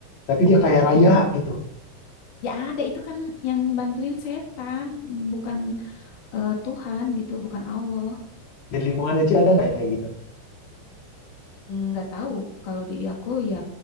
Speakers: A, on the left; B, on the left.
A: tapi dia kaya raya gitu.
B: Ya ada itu kan yang bantuin setan, bukan eh, Tuhan gitu, bukan Allah.
A: Di lingkungan aja ada nggak yang kayak gitu?
B: nggak tahu kalau di aku ya